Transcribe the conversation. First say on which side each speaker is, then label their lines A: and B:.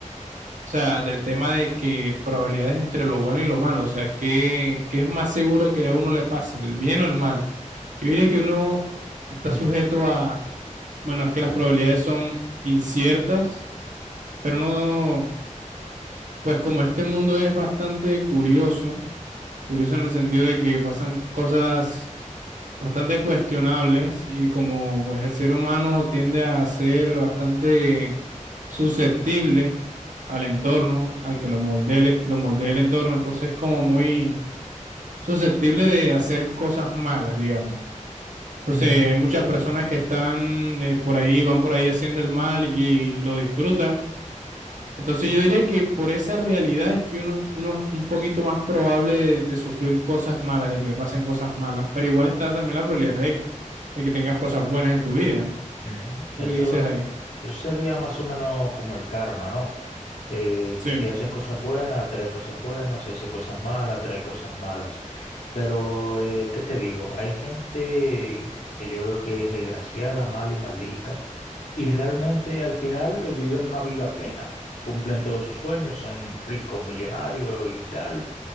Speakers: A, on the right; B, on the left.
A: o sea, del tema de que probabilidades entre lo bueno y lo malo, o sea, ¿qué, qué es más seguro que a uno le pase, el bien o el mal? Yo diría que uno está
B: Mm.
A: sujeto a, bueno, es que las probabilidades son inciertas, pero no Pues como este mundo es bastante curioso, curioso en el sentido de que pasan cosas bastante cuestionables y como pues el ser humano tiende a ser bastante susceptible al entorno, al que lo moldee, lo moldee el entorno, entonces como muy susceptible de hacer cosas malas, digamos. Entonces
B: Mm,
A: hay muchas
B: Sí.
A: personas que están eh, por ahí, van por ahí haciendo el mal y lo disfrutan entonces yo diría que por esa realidad es que uno, uno es un poquito más probable de, de sufrir cosas malas, de que le pasen cosas malas, pero igual está también la probabilidad de, de que tengas cosas buenas en tu vida.
B: Ujú. Eso,
A: ¿Tú qué dices ahí?
B: eso sería más o menos como el karma, ¿no? Eh,
A: Sí.
B: si haces cosas buenas, atrae cosas buenas, si haces cosas malas, atrae cosas malas. Pero, eh, ¿qué te digo? Hay gente que yo veo que es desgraciada, mala y maldita, y realmente al final eh, viven una vida plena, cumplen todos sus sueños, son ricos, millonarios y tal